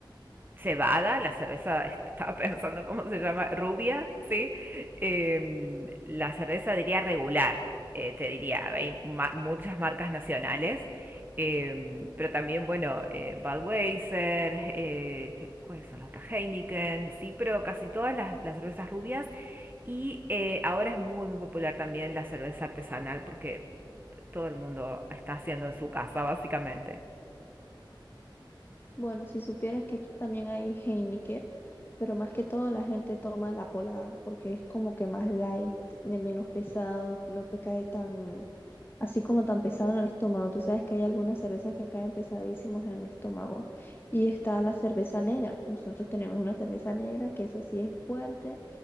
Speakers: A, on the right (about 25°); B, on the left (about 25°).
A: cebada, la cerveza, <laughs> estaba pensando cómo se llama, rubia, ¿sí? Em, la cerveza diría regular, eh, te diría, hay ma- muchas marcas nacionales, em, pero también, bueno, eh, Budweiser, eh, ¿cuáles son las otras? Heineken, sí, pero casi todas las, las cervezas rubias. Y eh, ahora es muy, muy popular también la cerveza artesanal porque todo el mundo está haciendo en su casa, básicamente.
B: Bueno, si supieras que aquí también hay Heineken, pero más que todo la gente toma la Polar porque es como que más light, de menos pesado, no te cae tan así como tan pesado en el estómago. Tú sabes que hay algunas cervezas que caen pesadísimos en el estómago. Y está la cerveza negra. Nosotros tenemos una cerveza negra que esa sí es fuerte